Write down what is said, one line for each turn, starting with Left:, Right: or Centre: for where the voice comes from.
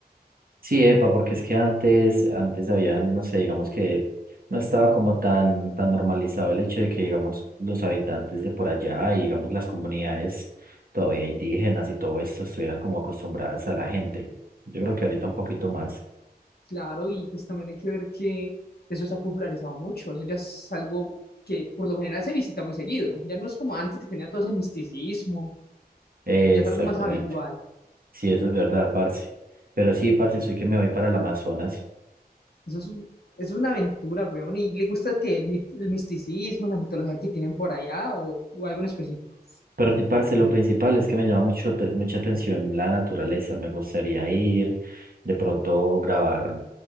Right: Sí, epa, porque es que antes, antes había, no sé, digamos que no estaba como tan, tan normalizado el hecho de que, digamos, los habitantes de por allá y, digamos, las comunidades todavía indígenas y todo esto estuvieran como acostumbradas a la gente. Yo creo que ahorita un poquito más.
Left: Claro, y pues también hay que ver que eso se ha popularizado mucho. Eso ya es algo que por lo general se visita muy seguido. Ya no es como antes que tenía todo ese misticismo,
Right: Exactamente.
Left: ya es algo más habitual.
Right: Sí, eso es verdad, parce. Pero sí, parce, soy que me voy para el Amazonas
Left: Eso es un- es una aventura, weón. ¿Y le gusta que el, mit- el misticismo, la mitología que tienen por allá o, o algo en específico?
Right: Pero, parce, lo principal es que me llama mucho, te- mucha atención la naturaleza. Me gustaría ir, de pronto grabar